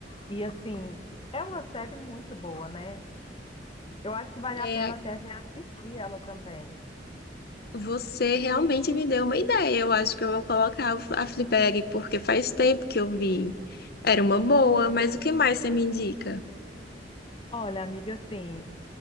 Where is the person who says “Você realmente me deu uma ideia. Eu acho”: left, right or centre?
Left